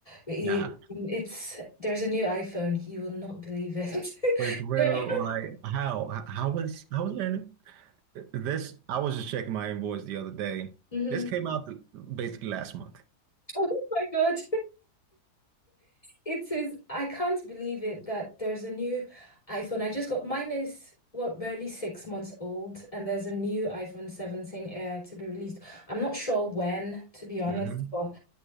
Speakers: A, on the left (about 20°); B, on the right (about 85°).
A: with you.
B: Yeah.
A: Um, It's there's a new iPhone. You will not believe it.
B: Wait, for real,
A: <laughs>
B: like how h- how was how was learning? Th- This I was just checking my invoice the other day.
A: Mhm.
B: This came out the, basically last month.
A: Oh my God. It is, I can't believe it that there's a new iPhone. I just got mine is what barely six months old, and there's a new iPhone 17 Air to be released. I'm not sure when, to be honest,
B: hmm
A: but